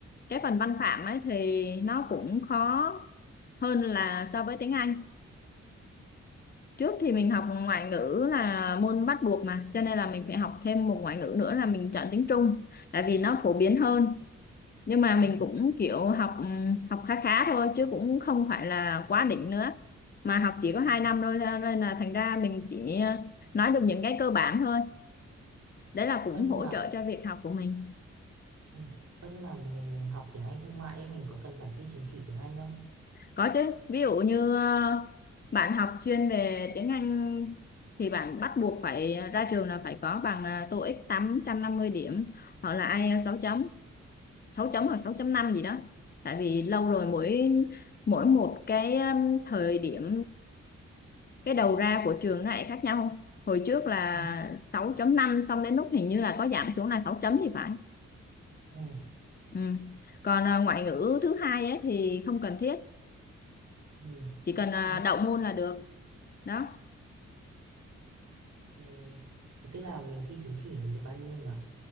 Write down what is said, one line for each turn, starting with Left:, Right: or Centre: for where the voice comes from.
Left: cái phần văn phạm ấy thì nó cũng khó hơn là so với tiếng Anh trước thì mình học ngoại ngữ là môn bắt buộc mà cho nên là mình phải học thêm một ngoại ngữ nữa là mình chọn tiếng Trung tại vì nó phổ biến hơn nhưng mà mình
Right: Ừ.
Left: cũng kiểu học ừ, học khá khá thôi chứ cũng không phải là quá đỉnh nữa mà học chỉ có 2
Right: ừ.
Left: năm thôi nên là thành ra mình chỉ ờ, nói được những cái cơ bản thôi đấy là cũng
Right: Ơ nhưng
Left: hỗ
Right: mà
Left: trợ cho việc học của mình
Right: Ừ. Ơ, nhưng mà mình học tiếng Anh thương mại ấy, mình có cần phải thi chứng chỉ tiếng Anh không?
Left: có chứ ví dụ như ờ, bạn học chuyên về tiếng Anh thì bạn bắt buộc phải ra trường là phải có bằng ờ, TOEIC 850 điểm hoặc là IELTS sáu chấm sáu chấm hoặc sáu chấm năm gì đó tại vì lâu rồi mỗi mỗi một cái um, thời điểm cái đầu ra của trường nó lại khác nhau không? Hồi trước là
Right: Ừ.
Left: sáu chấm năm xong đến lúc hình như là có giảm xuống là 6 chấm thì phải.
Right: ừ.
Left: Ừ. Còn à, ngoại ngữ thứ hai ấy thì không cần thiết,
Right: Ừ.
Left: chỉ
Right: Ok,
Left: cần à, đậu môn là được. Đó,
Right: ok. Thế tức là mình thi chứng chỉ mình được bao nhiêu nhỉ?